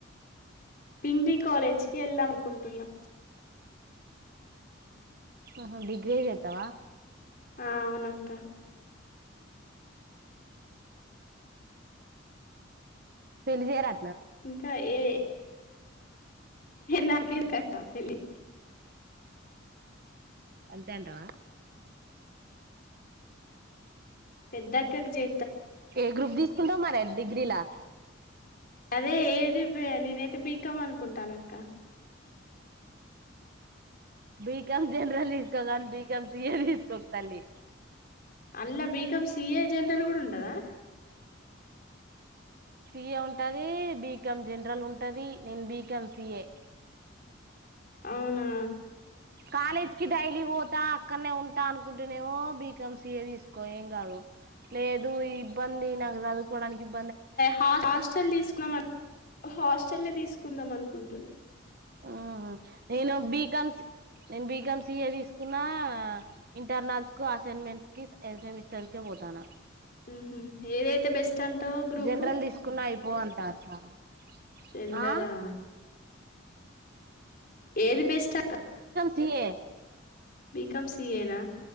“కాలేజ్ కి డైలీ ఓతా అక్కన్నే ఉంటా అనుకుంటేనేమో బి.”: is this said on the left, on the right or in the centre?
Right